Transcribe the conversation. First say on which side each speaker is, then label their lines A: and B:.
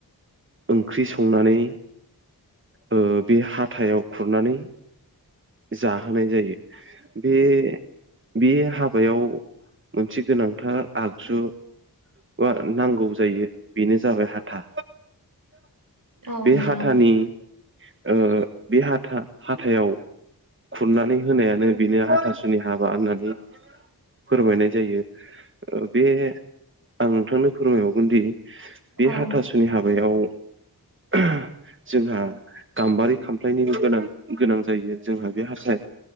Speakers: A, on the right; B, on the right.
A: ओंख्रि संनानै ओ बे हाथायाव खुरनानै, जाहोनाय जायो बे बे हाबायाव मोनसे गोनांथार आगजु, बा नांगौ जायो बेनो जाबाय हाथा।
B: औ
A: बे
B: नोंथां
A: हाथानि ओ बे हाथा हाइथायाव खुरनानै होनायानो बेनो हाथासुनि हाबा होननानै, फोरमायनाय जायो ओ बे आं नोंथांनो फोरमायबावगोन दि बे
B: औ
A: हाथासुनि हाबायाव जोंहा गाम्बारि खामफ्लायनि गोनां गोनां जायो। जोंहा बे हाथाय